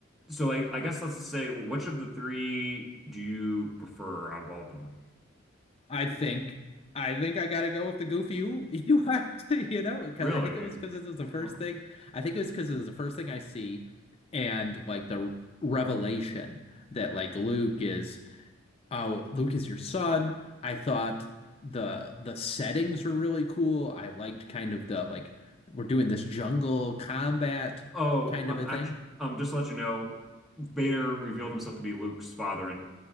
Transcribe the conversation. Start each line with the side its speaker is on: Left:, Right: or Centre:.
Centre: So like I guess let's just say which of the three do you prefer out of all of them?
Left: I think I think I gotta go with the goofy you you <laughs> actually, you know, because
Centre: Really?
Left: I think it was because it was the first
Centre: Oh,
Left: thing. I think it was because it was the first thing I see and like the revelation that like Luke is oh, Luke is your son. I thought the the settings were really cool. I liked kind of the like we're doing this jungle combat
Centre: oh
Left: kind
Centre: well,
Left: of a thing.
Centre: actually, um, just to let you know, Vader revealed himself to be Luke's father in